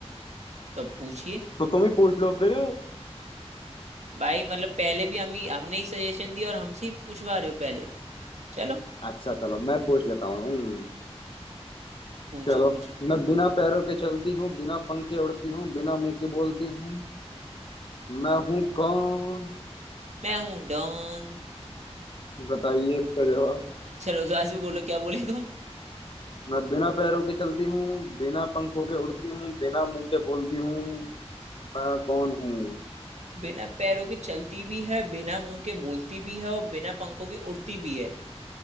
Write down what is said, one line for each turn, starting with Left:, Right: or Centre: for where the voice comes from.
Right: तो पूछिए
Left: तो तुम ही पूछ लो फिर
Right: भाई मतलब पहले भी हम ही हमने ही सजेशन दिया और हमसे ही पूछवा रहे हो पहले चलो
Left: अच्छा चलो मैं पूछ लेता हूँ हम्म,
Right: पूछो
Left: चलो
Right: पूछो
Left: मैं बिना पैरों के चलती हूँ बिना पंखे उड़ती हूँ बिना मुंह के बोलती हूँ मैं हूँ कौन
Right: मैं हूं डॉन
Left: बताइए इसका जवाब
Right: चलो तो आज भी बोलो क्या बोले तुम
Left: मैं बिना पैरों के चलती हूँ बिना पंखों के उड़ती हूँ बिना मुंह के बोलती हूँ मैं कौन हूँ
Right: बिना पैरों के चलती भी है बिना मुंह के बोलती भी है और बिना पंखों के उड़ती भी है